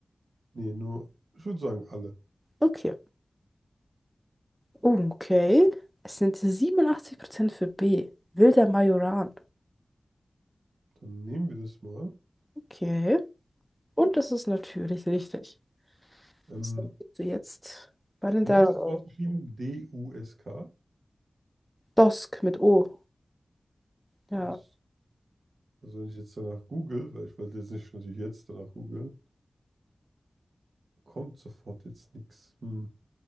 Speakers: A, on the right; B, in the centre.
A: Nee, nur, ich würde sagen, alle.
B: Okay. Oh, okay. Es sind 87% für B. Wilder Majoran.
A: Dann nehmen wir das mal.
B: Okay. Und das ist natürlich richtig.
A: Ähm,
B: So, bist du jetzt bei den
A: Wie
B: 300
A: wird das
B: Euro.
A: Wort geschrieben? D-U-S-K.
B: Dosk mit O. Ja,
A: Das, also wenn ich jetzt danach google, weil ich wollte jetzt nicht natürlich jetzt danach googeln, kommt sofort jetzt nichts. Hm.